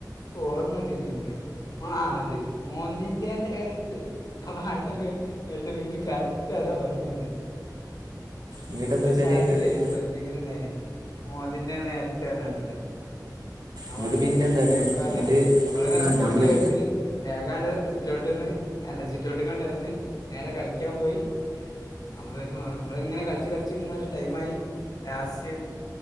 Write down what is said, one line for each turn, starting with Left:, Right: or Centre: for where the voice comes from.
Left: കോർമ്മട്ടീ. <unintelligible> ആഹ് അത് മോന്തിന്റെ നേരത്ത്. ആ പാട്ടൊക്കെ കേട്ടപിൻക്ക് കറക്റ്റ്താ ഓർമവന്നെ.
Right: ഇങ്ങോട്ട് എന്താ
Left: ഒരു
Right: വെച്ചാൽ
Left: പാട്ടില്ലേനോ
Right: ഇങ്ങോട്ട്
Left: ട്രെൻഡിങ്ല് ണ്ടായിനെ മോതിൻ്റെ നേരത്ത് അർഞ്ഞാണ്ട്ള്ളെ. ആ
Right: എന്നിട്ട്
Left: വാട്ടൊക്കെ
Right: പിന്നെ എന്താണ്
Left: പക്കാതാ
Right: എന്നിട്ട്
Left: നമ്മള്ങ്ങ
Right: ആ
Left: സ്കൂൾട്ട്
Right: ഞമ്മള്
Left: വര്ന്. വേഗാണ്ട് സിറ്റൗട്ട്ന്ന് അല്ല സിറ്റൗട്ട് കാണ്ടർഞ്ഞ് നേരെ കൾക്ക്യാൻ പോയി. <unintelligible> ഞമ്മള് ഇങ്ങനെ കളിച്ച് കളിച്ച് ഇങ്ങ ഒര് ടൈം ആയി ലാസ്റ്റ്